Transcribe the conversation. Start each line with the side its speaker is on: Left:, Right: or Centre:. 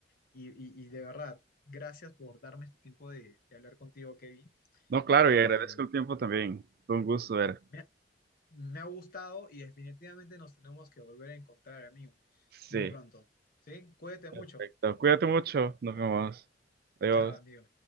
Left: y- y- y de verdad, gracias por darme este tiempo de, de hablar contigo, Kevin.
Right: No, claro,
Left: Eh,
Right: y agradezco el tiempo también. Fue un gusto ver.
Left: me, ha me ha gustado y definitivamente nos tenemos que volver a encontrar, amigo,
Right: Sí,
Left: muy pronto. ¿Sí? Cuídate
Right: perfecto.
Left: mucho.
Right: Cuídate mucho. Nos vemos. Adiós.
Left: Chao, amigo.